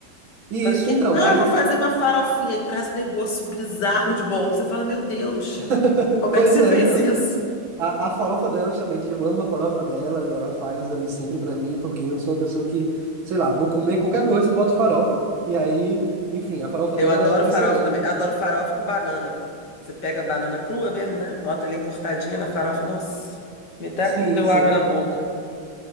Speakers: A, on the right; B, on the left.
A: E
B: Faz
A: isso
B: aqui,
A: então,
B: ah,
A: aí.
B: vou fazer uma farofinha e traz um negócio bizarro de bom. Você fala, meu Deus.
A: <laughs>
B: Como
A: Pois
B: é que você
A: é,
B: fez
A: então.
B: isso?
A: A, a farofa dela, justamente, eu amo a farofa dela e ela faz ali sempre pra mim, porque eu sou uma pessoa que, sei lá, vou comer qualquer coisa, eu boto farofa, e aí, enfim, a farofa
B: Eu
A: dela
B: adoro
A: é
B: farofa
A: excelente.
B: também. Eu adoro farofa com banana. Você pega a banana crua mesmo, né? Bota ali cortadinha na farofa. Nossa, me até
A: <laughs> Sim,
B: deu
A: sim.
B: água na boca.